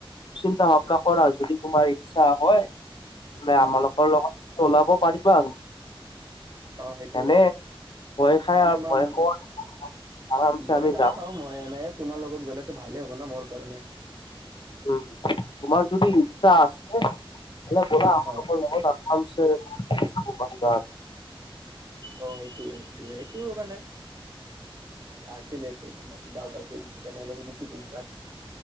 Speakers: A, on the left; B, on the right.
A: চিন্তা ভাৱনা কৰা, যদি তোমাৰ ইচ্ছা হয় বোলে
B: উম,
A: আমালোকৰ
B: উম,
A: লগত ওলাব পাৰিবা আৰু
B: অহ সেইটোৱে,
A: এনে ভয় খাই
B: মানে
A: আৰু
B: মই
A: ভয় খোৱা আৰামছে
B: বই
A: আমি
B: নাখাও
A: যাম
B: মই এনে, তোমাৰ লগত গলেতো ভালেই হ'ব না মোৰ কাৰণে
A: উম, তোমাৰ যদি
B: উম,
A: ইচ্ছা আছে, তেতিয়া হলে বলা আমালোকৰ
B: হয়।
A: ঘৰত <inaudible>
B: অ সেইটোৱে, সেইটো মানে আছিলে এইটো মানে, ডাউট আছিল। তেনেহ'লে সুধিছো তোমাক